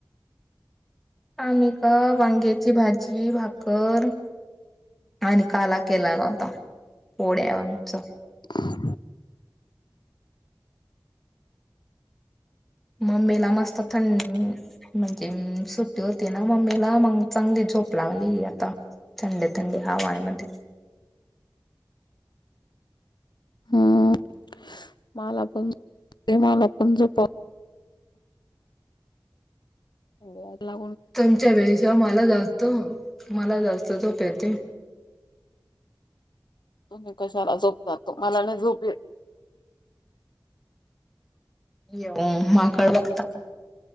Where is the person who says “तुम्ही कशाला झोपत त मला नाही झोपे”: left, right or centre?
Left